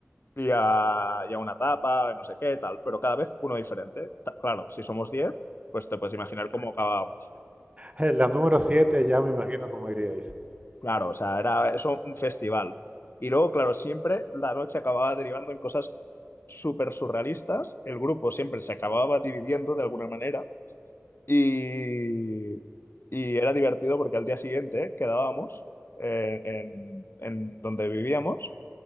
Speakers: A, on the left; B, on the right.
A: y a, y a una tapa, no sé qué, tal, pero cada vez uno diferente. Ta- Claro, si somos 10 pues te puedes imaginar cómo acabábamos.
B: en La número 7 ya me imagino cómo iríais
A: Claro, o sea, era eso un festival. Y luego, claro, siempre la noche acababa derivando en cosas súper surrealistas. El grupo siempre se acababa dividiendo de alguna manera. Y, y era divertido porque al día siguiente quedábamos eh, en, en donde vivíamos